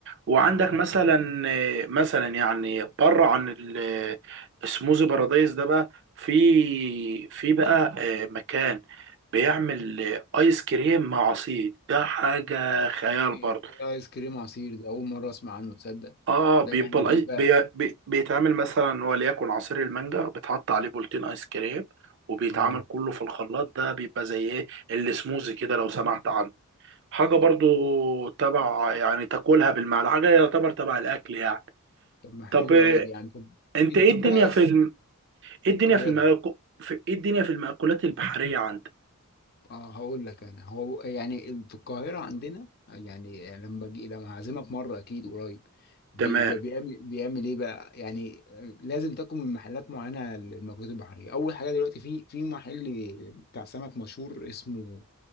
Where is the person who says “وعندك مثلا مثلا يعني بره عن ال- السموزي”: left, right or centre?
Right